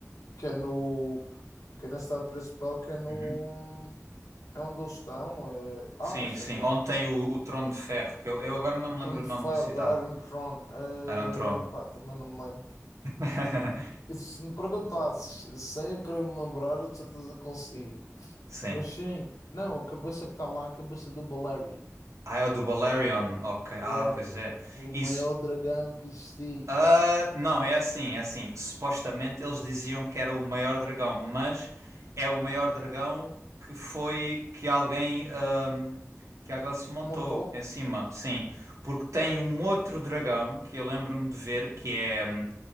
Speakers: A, on the left (about 80°); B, on the right (about 70°).
A: quer no, quer na cidade principal, quer no,
B: Uhum.
A: é onde eles estão. é- ah,
B: Sim,
A: isso
B: sim,
A: é que é
B: onde tem o, o trono de ferro, que eu, eu agora não
A: o
B: me
A: Trono
B: lembro o
A: de
B: nome
A: Ferro
B: da cidade.
A: da Iron Throne. eh,
B: Era um trono.
A: pá, também não me lembro.
B: <laughs>
A: E Se me perguntasses, sem eu querer me lembrar, eu de certeza conseguia.
B: Sim.
A: Mas sim, não, a cabeça que está lá, é a cabeça do Balerion.
B: Ah, é o do Balerion. Ok. Ah,
A: É
B: pois é.
A: foi o
B: Isso.
A: maior dragão que existiu.
B: Ah, não, é assim, é assim. Supostamente eles diziam que era o maior dragão, mas é o maior dragão que foi que alguém ahm, que alguém se montou
A: Montou?
B: em cima, sim. Porque tem um outro dragão que eu lembro-me de ver que é hum,